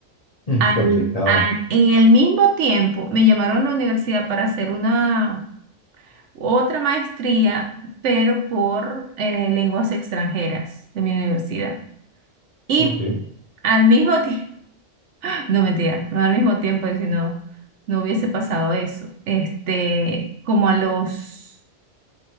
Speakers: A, on the left; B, on the right.
A: mm,
B: Al,
A: complicado.
B: al- en el mismo tiempo me llamaron a la universidad para hacer una otra maestría, pero por eh, lenguas extranjeras de mi universidad. Y
A: Ok,
B: al mismo tiempo, <laughs> no mentira, no al mismo tiempo, si no, no hubiese pasado eso. Este, como a los,